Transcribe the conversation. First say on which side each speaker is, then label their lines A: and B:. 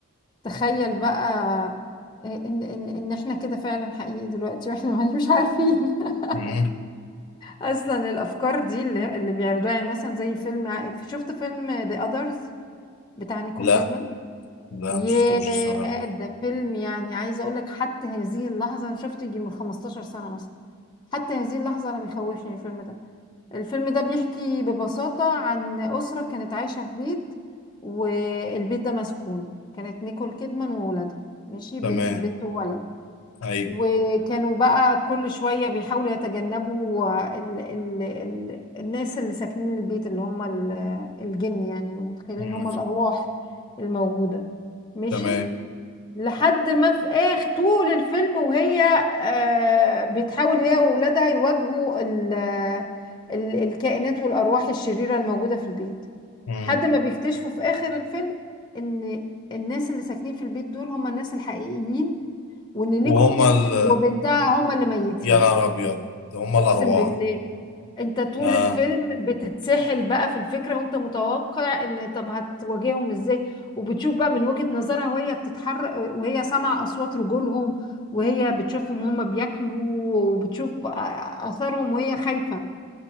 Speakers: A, on the left; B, on the left.
A: تخيل بقى آه، ان ان ان احنا كده فعلا حقيقي دلوقتي واحنا ما- مش عارفين <laughs>
B: مم.
A: اصلا الافكار دي اللي اللي بيعرضوها يعني مثلا زي فيلم ع- شفت فيلم ذا اذرز بتاع نيكول
B: لا
A: كيدمان
B: لا
A: ياه
B: مش شفتوش الصراحه
A: ده فيلم يعني عايزه اقول لك حتى هذه اللحظه انا شفته يجي من 15 سنه مثلا حتى هذه اللحظه انا بيخوفني الفيلم ده الفيلم ده بيحكي ببساطه عن اسره كانت عايشه في بيت والبيت ده مسكون كانت نيكول كيدمان وولادها ماشي بن-
B: تمام
A: بنت وولد
B: اي
A: وكانوا بقى كل شوية بيحاولوا يتجنبوا ال ال ال الناس اللي ساكنين البيت اللي هم ال- الجن يعني اللي متخيلين
B: مم.
A: ان هم الأرواح الموجودة ماشي
B: تمام
A: لحد ما في آخر طول الفيلم وهي آه بتحاول هي وولادها يواجهوا ال ال الكائنات والأرواح الشريرة الموجودة في البيت
B: مم.
A: لحد ما بيكتشفوا في آخر الفيلم إن الناس اللي ساكنين في البيت دول هم الناس الحقيقيين وان نيكول
B: وهم
A: كيدمان
B: ال...
A: وبنتها هما اللي ميتين
B: يا نهار ابيض هم الارواح
A: اقسم بالله انت طول
B: اه
A: الفيلم بتتسحل بقى في الفكرة وانت متوقع ان طب هتواجههم ازاي وبتشوف بقى من وجهة نظرها وهي بتتحرك وهي سامعة اصوات رجولهم وهي بتشوفهم هما بياكلوا وبتشوف آ- اثرهم وهي خايفة